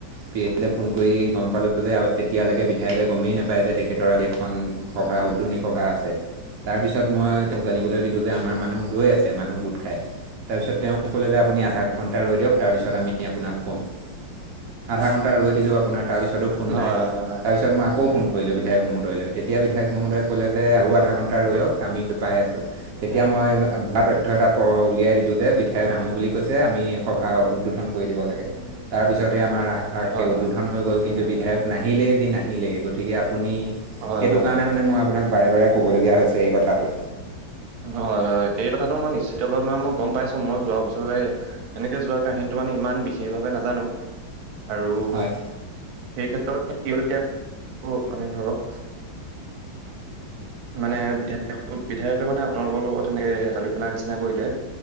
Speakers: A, on the right; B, on the right.
A: পি এলে ফোন কৰি গম পালো যে তেতিয়ালৈকে বি- বিধাকে গমেই নাপায় যে তেখেতৰ আ এখন সভা উদ্যনী সভা আছে। তাৰপিছত মই তেওঁক জানিবলৈ দিলো যে আমাৰ মানুহ ৰৈ আছে মানুহ গোট খাই। তাৰপিছত তেওঁ কলে আপুনি আধা ঘণ্টা ৰৈ দিয়ক তাৰপিছত আমি আপোনাক ক'ম। আধা ঘণ্টা ৰৈ দিলো আপোনাৰ তাৰপিছতো ফোন
B: হয়
A: নাই
B: হয় হয় হয়
A: তাৰপিছত মই আকৌ ফোন কৰিলোঁ বিধায়ক মহোদয়লৈ। এতিয়া বিধায়ক মহোদয়ে ক'লে যে আৰু আধা ঘণ্টা ৰৈ দিয়ক আমি পাই আছোঁ। তেতিয়া মই ভোৱা তথ্য এটা উলিয়াই দিলো যে বিধায়ক নাহো বুলি কৈছে আমি। সভা উদ্বোধন কৰি দিব লাগে তাৰপিছতে আমাৰ ৰাস। ভাগ
B: হয় হয়
A: উদ্বোধন হৈ গ'ল কিন্তু বিধায়ক নাহিলেই যি নাহিলেই গতিকে আপুনি।
B: হয়
A: সেইটো
B: হয় হয়
A: কাৰণে মানে মই আপোনাক বাৰে বাৰে ক'বলগীয়া হৈছে এই কথাটো।
B: হয়, হয়, সেই কথাটো মই নিশ্চিতভাৱে মানে মই গম পাইছো মই যোৱা বছৰ। এনেকে যোৱা কাহিনীটো মানে ইমান বিশেষভাৱে নাজানো আৰু।
A: হয়
B: সেই ক্ষেত্ৰত <unintelligible> শিয়ল ত্যাগ মানে ধৰক। মানে বিধায়ক বিধায়কে মানে আপোনালোকৰ লগত এনেকে হেতালি খেলা নিচিনা কৰিলে।